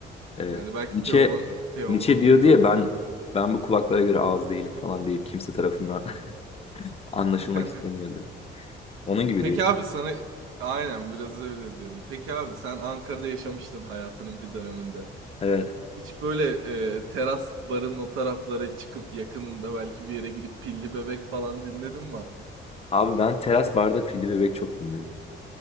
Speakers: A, on the left; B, on the right.
A: Evet.
B: Yani belki
A: Nietzsche
B: Teoman, Teoman
A: Nietzsche diyor diye
B: öyle
A: ben
B: değildir. Hı
A: ben bu kulaklara göre
B: hı.
A: ağız değilim falan deyip kimse tarafından
B: Yani.
A: <laughs> anlaşılmak
B: <laughs>
A: istemiyordu. Onun gibi
B: Peki
A: diyor.
B: abi sana aynen biraz öyle diyorum. Peki abi sen Ankara'da yaşamıştın hayatının bir döneminde.
A: Evet.
B: Hiç böyle e, teras barın o taraflara çıkıp yakınında belki bir yere gidip pilli bebek falan dinledin mi abi?
A: Abi ben teras barda Pilli Bebek çok dinledim.